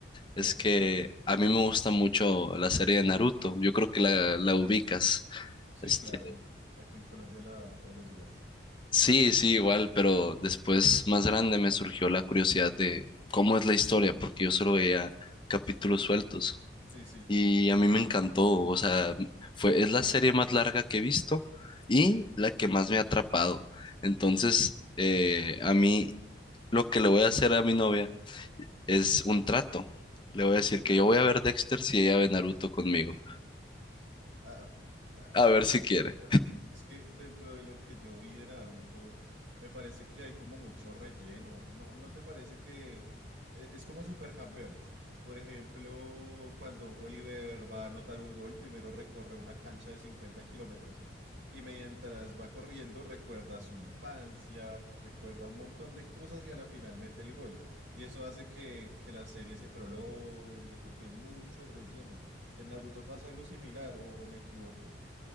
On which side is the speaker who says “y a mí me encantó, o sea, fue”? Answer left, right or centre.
Left